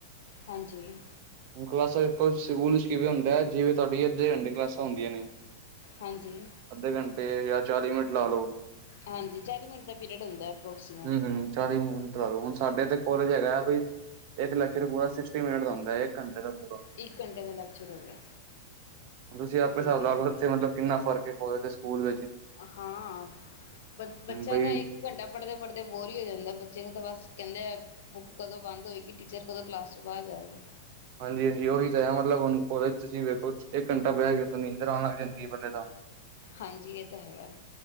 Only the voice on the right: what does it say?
ਹੁਣ ਕਲਾਸਾਂ ਚ ਕੋਛ ਸਕੂਲ ਚ ਕਿਵੇਂ ਹੁੰਦਿਆ, ਜਿਵੇਂ ਤੁਹਾਡੀ ਅੱਧੇ ਘੰਟੇ ਕਲਾਸਾਂ ਹੁੰਦੀਆਂ ਨੇ
ਅੱਧੇ ਘੰਟੇ ਯਾ ਚਾਲੀ ਮਿੰਟ ਲਾ ਲੋ।
ਹਮ ਹਮ ਚਾਲੀ ਮਿੰਟ ਹੁਣ ਸਾਡੇ ਇਥ ਕੋਲਜ ਹੈਗਾ, ਬਈ ਇੱਕ ਲੈਕਚਰ ਪੂਰਾ ਸਿਕਸਟੀ ਮਿੰਟ ਦਾ ਹੁੰਦਾ ਇੱਕ ਘੰਟੇ ਦਾ ਪੂਰਾ।
ਹੁਣ, ਤੁਸੀ ਆਪੇ
ਸਾਬ
ਲਾਲੋ
ਉੱਥੇ ਮਤਲਬ ਕਿੰਨਾ ਫ਼ਰਕ ਏ ਕੋਲੇਜ ਤੇ ਸਕੂਲ ਵੇੱਚ।
ਬਈ
ਹਾਂਜੀ ਹਾਂਜੀ, ਔਹੀ ਤੇ ਹੈ, ਮਤਲਬ ਹੁਣ ਕੋਲਜ ਤੁਸੀਂ ਵੇਖੋ ਇੱਕ ਘੰਟਾ ਬੈਹ ਜੋ ਤੁਹਾਨੂੰ ਨੀਦਰ ਆਣ ਲੱਗ ਜਾਂਦੀ ਏ ਪੈਲੇ ਤਾਂ।